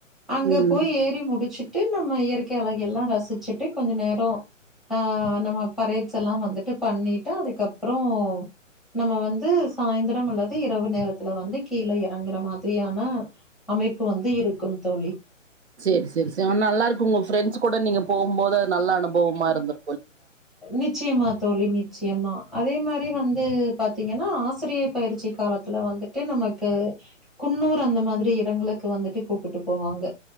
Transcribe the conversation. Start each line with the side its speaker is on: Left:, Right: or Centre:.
Centre: அங்க
Right: ம்
Centre: போய் ஏறி முடிச்சிட் டு நம்ம இயற்கை அலகை எல்லா ரசிச்சிட்டு கொஞ்ச நேரோ அ நம்ம பரேட்ஸ் எல்லா வந்துட்டு பண்ணிட்டு அதுக்கப்புறோ நம்ம வந்து சாய்ந்திரம் அல்லது இரவு நேரத்துல வந்து கீழே இறங்குற மாதிரியான அமைப்பு இப்ப வந்து இருக்கும் தோழி
Right: சரி சரி சரினா நல்லா இருக்கு உங்க ஃப்ரெண்ட்ஸ் கூட நீங்க போகும்போது நல்ல அனுபவமா இருந்து
Centre: நிச்சயமா தோழி நிச்சயமா அதே மாதிரி வந்து பாத்தீங்கன்னா ஆசிரிய பயிற்சி காலத்துல வந்துட்டு நமக்கு குன்னூர் அந்த மாதிரி இடங்களுக்கு வந்துட்டு கூப்பிட்டு போவாங்க